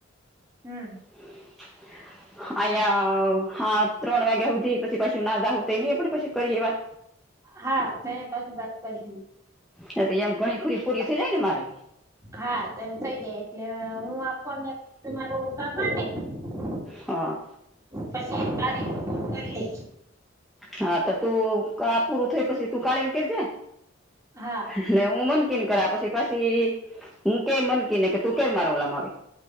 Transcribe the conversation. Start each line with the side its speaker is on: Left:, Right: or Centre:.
Right: હું.
Centre: હ <inaudible> અયા હા ત્રણ વાગ્યા હોતી પછી પાછી ના જાહુ તો નહી એ પણ પછી. કરીએ વાત,
Right: હા તોયા પછી વાત કરીશું.
Centre: હ તો એમ ઘણી ખુરી‌, પૂરીયુ થઇ જાયને. મારે,
Right: હા તો એમ થઇ જાય એટલે, હું ફોનને મારૂં કામ ને પતી ગયું.
Centre: હા.
Right: પછી તારી રુટ કરીલે.
Centre: હા તોતું પૂરું થઈ પછી તું કાળીંને કેજે.
Right: હા
Centre: એટલે હું મનકી ને કર્યા પછી પછી. હું કંય મનકી નેકે તું કેય ઓલામાં આવે.